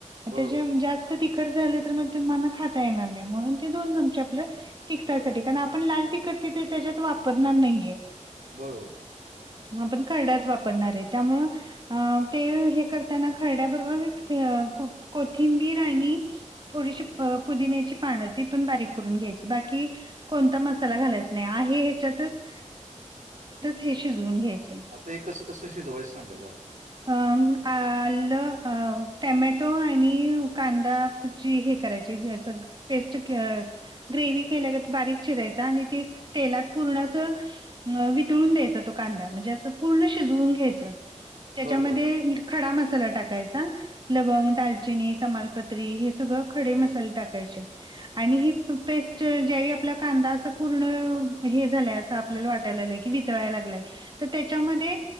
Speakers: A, on the right; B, on the right.
A: बरोबर
B: त्याच्या जास्त तिखट झाले तर मग तुम्हाला खाता येणार नाही मग, म्हणून ते दोन चमचे आपलं तखटासाठी
A: बरोबर
B: कारण आपण लाल तिखट तिथे त्याच्यात वापरणार नाहीये.
A: बरो.
B: आपण खर्डा वापरणार आहे त्यामुळे. अ ते हे करताना खरड्याबरोबर कोथिंबीर आणि थोडीशी पुदिन्याची पानं ती पण बारीक करून घ्यायची बाकी. कोणता मसाला घालायचा नाही आहे ह्याच्यातच हे शिजवून घ्यायचं.
A: आता हे कसं कसं शिजवायं सांगा जरा?
B: अ आलं, टमॅटो आणि कांदा. हे करायची हे असं टेस्ट ग्रेवही केल्या गत बारीक चिरायचा आणि ते तेलात पूर्ण अस अ वितळून द्यायचा तो कांदा म्हणजे अस पूर्ण शिजवून घ्यायच त्याच्यामध्ये
A: बरं बरं
B: ख खडा मसाला टाकायचा. लवंग, दालचिनी, तमालपत्र. पत्री हे सगळे खडे
A: बरं.
B: मसाले टाकायचे. आणि ही पेस्ट ज्यावेळी आपला कांदा असा पूर्ण हे झालाय असं आपल्याला वाटाय लागलाय वितळायला लागलय तर त्याच्यामध्ये